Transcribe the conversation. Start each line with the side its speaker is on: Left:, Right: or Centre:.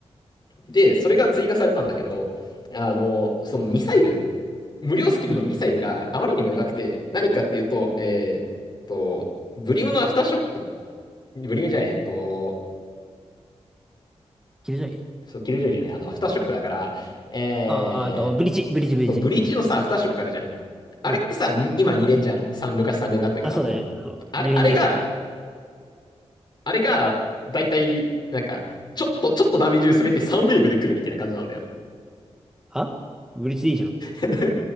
Left: で、それが追加されたんだけど、あの、そのミサイル、無料スキルのミサイルがあまりにも弱くて、
Centre: うんうん。
Left: 何かっていうと、えーっと、ブリムのアフターショック、ブリムじゃない、えっと、
Centre: キルジョイ
Left: そう、キルジョイじゃない、あの、アフターショックだから、え
Centre: あー、あと、ブリッジ、ブリッジ、ブリッジ。
Left: そう、ブリーチのさ、アフターショックあるじゃん。あれってさ、
Centre: うん。
Left: に今2連じゃん。さん昔3連だったけど、
Centre: あ、そうだね。
Left: あの、
Centre: うん入院になっちゃったね。
Left: あれ、あれが、あれが、だいたい、なんか、ちょっと、ちょっとダメージ薄めて3ウェーブで来るみたいな感じなんだよ。
Centre: あブリッジでいいじゃん。
Left: <laughs>